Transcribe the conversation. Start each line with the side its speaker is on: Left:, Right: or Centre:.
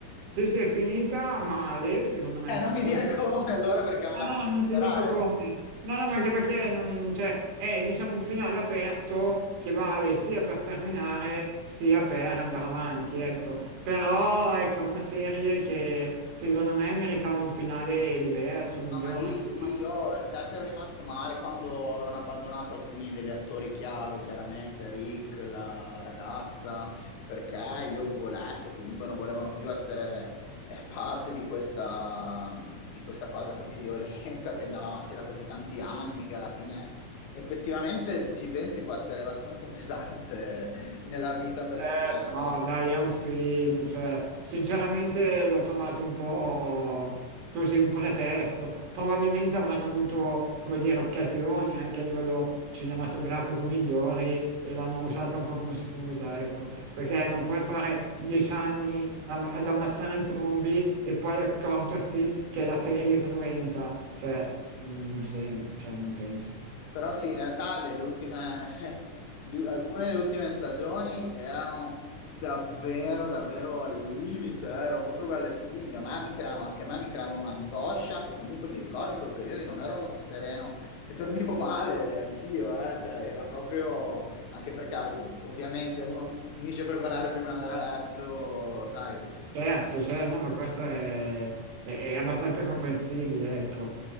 Right: Sì, sì, è finita male, secondo me.
Left: Eh, non mi
Right: Non
Left: dire
Right: ti,
Left: come allora perché me
Right: no,
Left: l'hanno
Right: no,
Left: a
Right: non
Left: recuperare.
Right: ti dico come. No, no, ma anche perché non- cioè, è diciamo, un finale aperto che vale sia per terminare sia per andare avanti, ecco. Però ecco, è una serie che secondo me meritava un finale diverso, migliore.
Left: Ah, ma lì, lì io già ci ero rimasto male quando avevano abbandonato alcuni degli attori chiave, chiaramente Rick, la, la ragazza, perché io avevo letto che comunque non volevano più essere eh, parte di questa, di questa cosa così violenta che andava avanti da così tanti anni, che alla fine effettivamente, se ci pensi, può essere abbastanza <laughs> pesante nella vita personale.
Right: Eh, no, dai, è un film, cioè, sinceramente l'ho trovato un po' così un pretesto. Probabilmente avranno avuto, come dire, occasioni anche a livello cinematografico migliori e l'hanno usata un po' come scusa, ecco, perché non puoi fare dieci anni am- ad ammazzare zombie e poi accorgerti che la serie è cruenta, cioè, mm, non sem- cioè, non penso.
Left: Però sì, in realtà le- le ultime- <laughs> di- alcune delle ultime stagioni erano davvero, davvero al limite, eh, erano proprio belle spine. A me mi creavano, anche a me mi creavano un'angoscia che comunque mi ricordo in quei periodi non ero molto sereno e dormivo male anch'io, eh, cioè era proprio, anche perché ov- ovviamente uno finisce per guardare prima di andare a letto, sai.
Right: Certo, cioè, no, ma questo è, è- è abbastanza comprensibile, ecco.